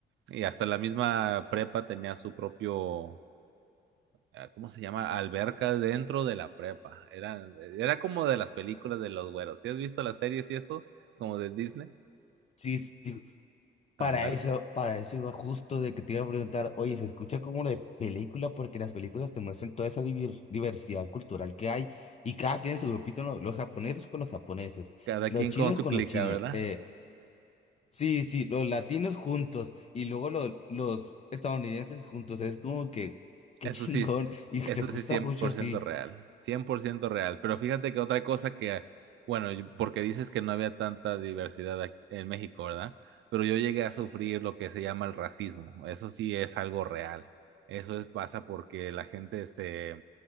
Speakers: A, on the right; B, on the left.
A: Y hasta la misma prepa tenía su propio, eh, ¿cómo se llama? Alberca dentro de la prepa. Era, era como de las películas de los güeros. ¿Sí has visto las series y eso? Como de Disney.
B: Sí, sí, Para
A: Ándale,
B: eso, para eso iba justo de que te iba a preguntar, oye, se escucha como de película porque las películas te muestran toda esa divir- diversidad cultural que hay y cada quien en su grupito, ¿no? Los japoneses con los japoneses,
A: cada
B: los
A: quien
B: chinos
A: con su
B: con
A: clica,
B: los chinos,
A: ¿verdad?
B: eh, sí, sí, los latinos juntos y luego los, los estadounidenses juntos, es como que, qué
A: Eso
B: chingón
A: sí es,
B: <laughs> y te
A: eso
B: gusta
A: sí cien
B: mucho
A: por
B: así.
A: ciento real, 100% real. Pero fíjate que otra cosa que, bueno, yo- porque dices que no había tanta diversidad aquí- en México, ¿verdad? Pero yo llegué a sufrir lo que se llama el racismo. Eso sí es algo real. Eso es, pasa porque la gente se,